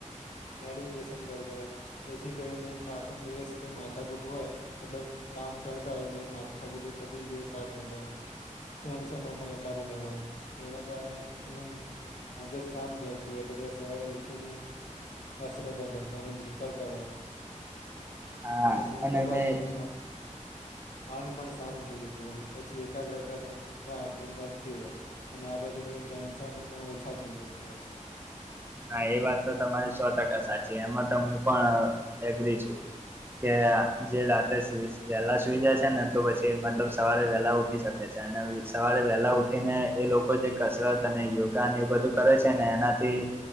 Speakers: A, on the left; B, on the right.
A: મેડિટેશન કરતા હોય જેથી કરીને એમને આખો દિવસ કઈ માથા કૂઠ હોય એટલે કામ કરતા હોય બધા માથાકુટ તો થતી જ જોય કાંક ને કાંક ટેન્શનો પણ એટલા બધા હોય એના કારણે એનું મગજ શાંત રહેતું. સવારે ઉઠીને કસરતો કરતા એવુ બધું કરતા તા હ
B: હા
A: અને બીધું કરવા
B: મેં
A: દેનમાં માન પણ શાંત થઈ જતું હોય પછી એકાગ્રતા પણ આપ વધતી હોય. અને આપડે જે બધા ટેન્શન ઓછા થઈ જતા હોય છે.
B: હા એ વાત તો તમારી સો ટકા સાચી એમાં તો હું પણ એગ્રી છું. કે જે રાતે વહેલા સુઈ જાય છે ને તો પછી મતલબ સવારે વહેહલા ઉઠી શકે છે. સવારે વહેલા ઉઠીને એ લોકો જે કસરત અને યોગાને એ બધું કરે છે ને એનાથી